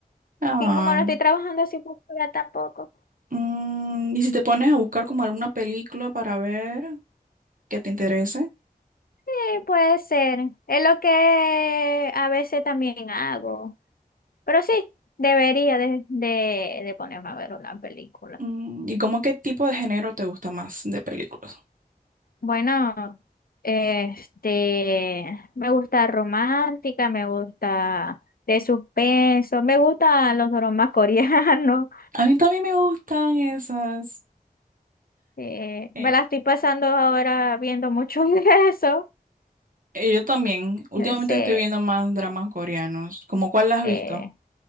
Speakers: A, on the right; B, on the left.
A: Ay.
B: Y como no estoy trabajando así por fuera tampoco.
A: Mm, ¿y si te pones a buscar como alguna película para ver que te interese?
B: Sí, puede ser. Es lo que a veces también hago. Pero sí, debería de, de, de ponerme a ver una película.
A: Mm, ¿y como qué tipo de género te gusta más de películas?
B: Bueno, este, me gusta romántica, me gusta de suspenso, me gustan los dramas <laughs> coreanos.
A: A mí también me gustan esas.
B: eh,
A: Eh,
B: me la estoy pasando ahora viendo mucho <laughs> de eso.
A: eh, yo también. Últimamente
B: No sé,
A: estoy viendo más dramas coreanos. ¿Cómo cuál la has
B: eh,
A: visto?